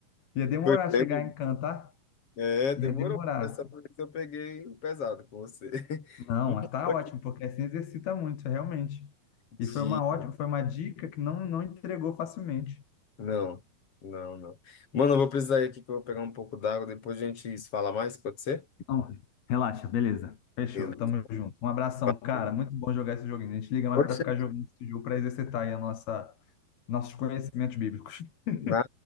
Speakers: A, on the left; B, on the left.
A: Ia demorar
B: foi bem.
A: chegar em Cã, tá?
B: É, demorou.
A: Ia demorar.
B: Essa vez eu peguei pesado com você. <laughs>
A: Não,
B: Mano,
A: mas tá
B: foi
A: ótimo,
B: que
A: porque assim exercita muito, realmente. E
B: dia.
A: foi uma ótima, foi uma dica que não, não entregou facilmente.
B: Não, não, não. Mano, eu vou precisar ir aqui que eu vou pegar um pouco d'água. Depois a gente se fala mais, pode ser?
A: Não, relaxa, beleza. Fechou,
B: Beleza.
A: tamo junto. Um abração,
B: Valeu.
A: cara. Muito bom jogar esse joguinho. A gente liga mais
B: Oxe,
A: pra ficar jogando esse jogo pra exercitar aí a nossa, nossos conhecimentos bíblicos. <laughs>
B: na-